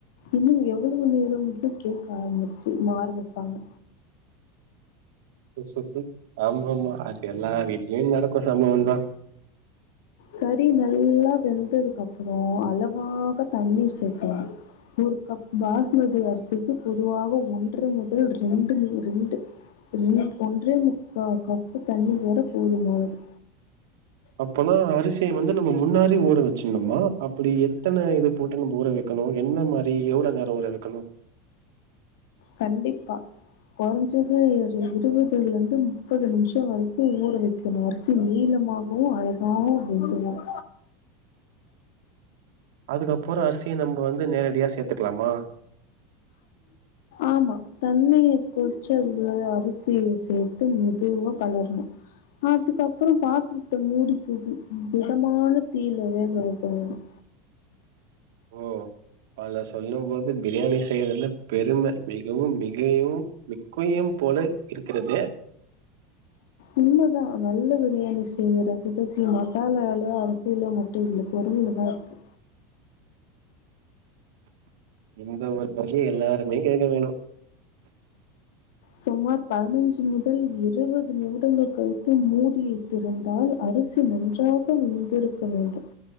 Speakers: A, on the left (about 70°); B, on the right (about 70°).
A: இன்னும் எவ்வளவு நேரம் இந்து கேக்க ஆரம்பிச்சு ஆராமிப்பாங்க
B: சு ஆமா ஆமா அது எல்லா வீட்லயு நடக்கு சம்பவந்தா
A: கறி நல்லா வெந்ததுக்கு அப்புறம் அளவாக தண்ணீர் சேக்கனு ஒரு கப் பாஸ்மதி அரிசிக்கு பொதுவாக ஒன்று முதல் ரெண்டு மு ரெண்டு ரெண் ஒன்றே முக்கா கப்பு தண்ணி வற போதுமானது
B: அப்பனா அரிசியா வந்து நம்ம முன்னாடி ஊற வச்சுனம்மா அப்படி எத்தன இது போட்டு நம்ப ஊற வெக் வெக்கணு என்ன மாரி எவளோ நேரொ ஊற வெக்கணும்
A: கண்டிப்பா கொறஞ்சது இரு இருவதுலருந்து முப்பது நிமிஷோ வரைக்கும் ஊற வைக்கணும் அரிசி நீளமாகவும் அழகாவு வெங்குவோம்
B: அதுக்கப்புறம் அரிசிய நம்ப வந்து நேரடியா சேத்துக்கலாமா
A: ஆமா தண்ணி கொ <unintelligible> அரிசிய சேத்து மெதுவா களர்னோ அதுக்கப்புறோ பாத்திரத்த மூடிப்போட்னு ம் மிதமான தீயில வேக வெக்கணும்
B: ஓ பள சொல்லும் போது பிரியாணி செய்யறதுல பெரும மிகவும் மிகையும் மிக்கயும் போல இருக்கறது
A: உண்மதா நல்ல பிரியாணி செய்ய ரசிகசியோ மசாலால அரிசியில மட்டும் இல்ல பொருள்லதா இருக்கு
B: இம் இந்த ஒரு பசிய எல்லாருமே கேக்க வேணு
A: சுமார் பதினஞ்சு முதல் இருவது நிமிடங்கள் கழித்து மூடியை திறந்தால் அரிசி நன்றாக வெந்திருக்க வேண்டும்